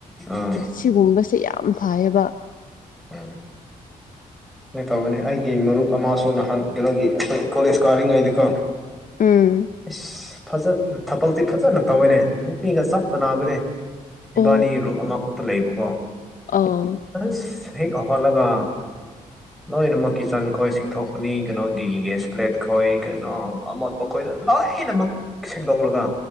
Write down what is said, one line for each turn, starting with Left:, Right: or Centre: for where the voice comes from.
Centre: ꯑꯥ
Left: ꯁꯤꯒꯨꯝꯕꯁꯦ ꯌꯥꯝ ꯐꯩꯌꯦꯕ
Centre: ꯎꯝ ꯁꯨꯃꯥꯏꯅ ꯇꯧꯕꯅꯤ ꯑꯩꯒꯤ ꯃꯔꯨꯞ ꯑꯃꯁꯨ ꯅꯍꯥꯟ ꯀꯩꯅꯣꯒꯤ ꯑꯩꯈꯣꯏ ꯀꯣꯂꯦꯖ ꯀꯥꯔꯤꯉꯩꯗꯀꯣ
Left: ꯎꯝ
Centre: ꯏꯁꯁ ꯐꯖ ꯊꯕꯛꯇꯤ ꯐꯖꯅ ꯇꯧꯋꯦꯅꯦ ꯅꯨꯄꯤꯒ ꯆꯞ ꯃꯥꯟꯅꯕꯅꯦ
Left: ꯑꯣ
Centre: ꯏꯕꯥꯅꯤ ꯔꯨꯝ ꯑꯃꯈꯛꯇ ꯂꯩꯕꯀꯣ
Left: ꯑꯥ
Centre: ꯑꯁ ꯍꯦꯛ ꯍꯧꯒꯠꯂꯒ ꯂꯣꯏꯅꯃꯛ ꯀꯤꯠꯆꯟ ꯈꯣꯏ ꯁꯤꯡꯊꯣꯛꯄꯅꯤ ꯀꯩꯅꯣꯒꯤ ꯒꯦꯁ꯭ꯂꯦꯠ ꯈꯣꯏ ꯀꯩꯅꯣ ꯑꯃ ꯃꯈꯣꯏꯗ ꯂꯣꯏꯅꯃꯛ ꯁꯦꯡꯗꯣꯛꯂꯒ